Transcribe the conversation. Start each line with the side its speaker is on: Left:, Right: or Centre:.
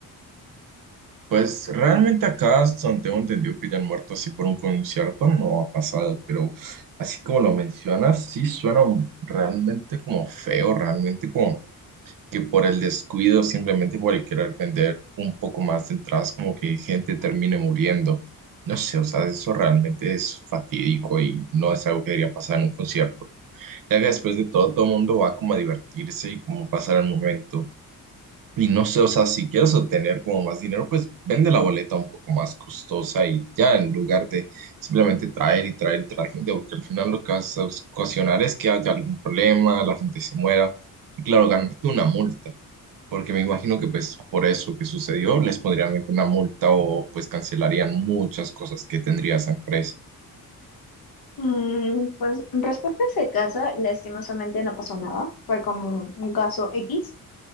Right: Pues realmente acá, hasta donde tengo entendido que ya han muerto así por un concierto, no ha pasado, pero así como lo mencionas, sí suena un- realmente como feo, realmente como que por el descuido, simplemente por el querer vender un poco más de entradas, como que gente termine muriendo. No sé, o sea, eso realmente es fatídico y no es algo que debería pasar en un concierto, ya que después de todo, todo el mundo va como a divertirse y como pasar el momento. Y no sé, o sea, si quieres obtener como más dinero, pues vende la boleta un poco más costosa y ya, en lugar de simplemente traer y traer y traer gente, porque al final lo que vas a ocasionar es que haya algún problema, la gente se muera. Y claro, ganarte una multa, porque me imagino que pues por eso que sucedió les pondrían una multa o pues cancelarían muchas cosas que tendría esa empresa.
Left: Mm, pues respecto a ese caso, lastimosamente no pasó nada. Fue como un caso X,